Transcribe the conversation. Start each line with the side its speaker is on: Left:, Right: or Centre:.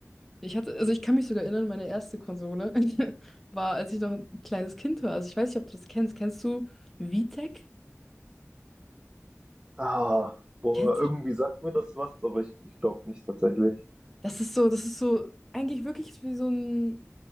Centre: Ich hatte, also ich kann mich sogar erinnern, meine erste Konsole <laughs> war, als ich noch ein kleines Kind war. Also ich weiß nicht, ob du das kennst. Kennst du VTech?
Right: Ah, boah,
Centre: Kennst
Right: irgendwie
Centre: du? das?
Right: sagt mir das was, aber ich, ich glaube nicht tatsächlich.
Centre: Das ist so, das ist so eigentlich wirklich wie so ein